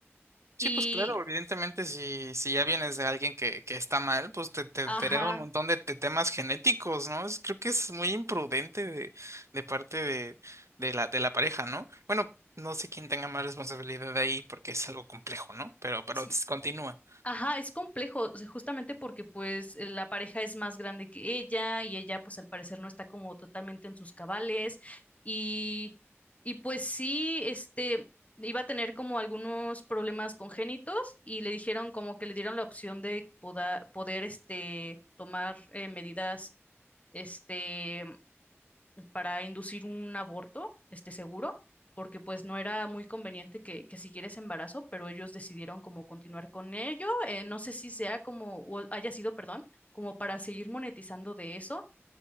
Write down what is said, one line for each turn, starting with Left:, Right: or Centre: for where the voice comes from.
Right: Sí,
Left: y,
Right: pues claro, evidentemente si, si ya vienes de alguien que, que está mal, pues te, te,
Left: ajá.
Right: te hereda un montón de, te- temas genéticos, ¿no? Es- creo que es muy imprudente de, de parte de, de la, de la pareja, ¿no? Bueno, no sé quién tenga más responsabilidad ahí porque es algo complejo, ¿no? Pero, pero
Left: sí,
Right: continúa.
Left: Ajá, es complejo, o sea, justamente porque pues eh, la pareja es más grande que ella y ella pues al parecer no está como totalmente en sus cabales y, y pues sí, este, iba a tener como algunos problemas congénitos y le dijeron como que le dieron la opción de poda- poder, este, tomar eh, medidas, este, para inducir un aborto, este seguro, porque pues no era muy conveniente que, que siguiera ese embarazo, pero ellos decidieron como continuar con ello. eh, no sé si sea como, o haya sido, perdón, como para seguir monetizando de eso.